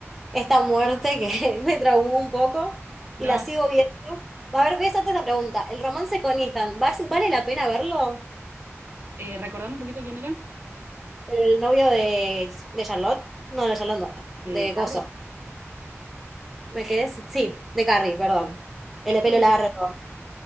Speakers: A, in the centre; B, on the right.
A: esta muerte que <laughs> me traumó un poco
B: No,
A: y la sigo viendo. A ver, voy a hacerte la pregunta. ¿El romance con Ethan, ¿vas- ¿vale la pena verlo?
B: eh, recordame un poquito quién era.
A: El novio de, de Charlotte. No, de Charlotte no,
B: De
A: de
B: Carrie.
A: Gozo. ¿Me quedé? sin- Sí, de Carrie, perdón. El
B: Este
A: de pelo
B: es
A: largo.
B: el,